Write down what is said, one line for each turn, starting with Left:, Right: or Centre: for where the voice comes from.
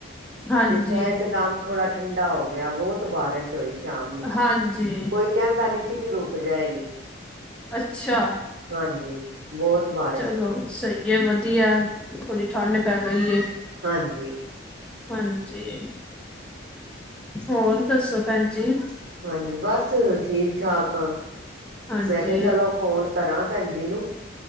Centre: ਹਾਂਜੀ,
Right: ਜਿਸ ਤਰ੍ਹਾਂ ਇੱਕਦਮ ਥੋੜਾ ਠੰਡਾ ਹੋ ਗਿਆ ਬੌਤ ਬਾਰਿਸ਼ ਹੋਈ ਸ਼ਾਮ ਨੂੰ,
Centre: ਹਾਂਜੀ
Right: ਕੋਈ ਕੈਂਦਾ ਨੀ ਸੀ ਕਿ ਰੁਕ ਜਾਏਗੀ।
Centre: ਅੱਛਾ।
Right: ਹਾਂਜੀ। ਬੌਤ ਬਾ
Centre: ਚਲੋ ਸਈ ਏ ਵਦੀਆ ਥੋੜ੍ਹੀ ਠੰਢ ਪੈ ਗਈ ਏ।
Right: ਹਾਂਜੀ।
Centre: ਹਾਂਜੀ, ਹੋਰ ਦੱਸੋ ਭੈਣ ਜੀ।
Right: ਹਾਂਜੀ, ਬਸ ਠੀਕ ਠਾਕ ਆ,
Centre: ਹਾਂਜੀ
Right: ਮੈਂ ਕਿਆ ਚਲੋ ਫੋਨ ਕਰਾਂ ਭੈਣਜੀ ਨੂੰ।